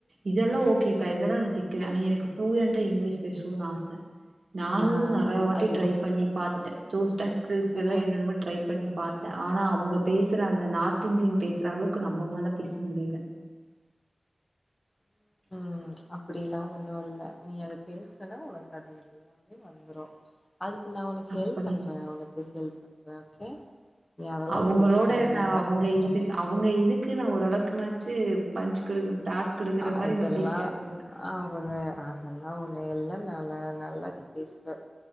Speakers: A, on the right; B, on the left.
A: இதெல்லா ஓகேக்கா இதெல்லா நா தைக்குறே ஆனா எனக்கு ஃபுலியன்ட்டா இங்கிலீஷ் பேச துன் ஆச நானு
B: ஆ
A: நறைய வாட்டி
B: அதுவா
A: ட்ரை பண்ணி பாத்துட்டே <unintelligible> என்ன
B: ஆ
A: என்னுமோ ட்ரை பண்ணி பாத் தே ஆனா அவங்க பேசுற அந்த நார்த் இந்தியன் பேசுற அளவுக்கு நம்ம மால பேச முடில <inaudible>
B: ம் அப்டிலா ஒன்னு இல்ல நீ அத பேஸ்னனா உனக்கு அது எல்லாமே வந்ரு அதுக்கு நா உனக்கு
A: அப்படி
B: ஹெல்ப் பண்றே உனக்கு ஹெல்ப் பண்றே ஓகே நீ அதெல்லா
A: அவங்களோட
B: எது இது பண்ண
A: நா
B: வேண்டா
A: அவங்க இது அவங்க இதுக்கு நா ஓரளவுக்குனாச்சு பஞ்ச் குடுக்க டாட் குடுக்குற மாரி
B: அதெல்லா
A: நான் பேசி ஆகணுக்கா.
B: அவங்க அதெல்லா ஒன்னு இல்ல நல்ல நல்லா நீ பேசுவ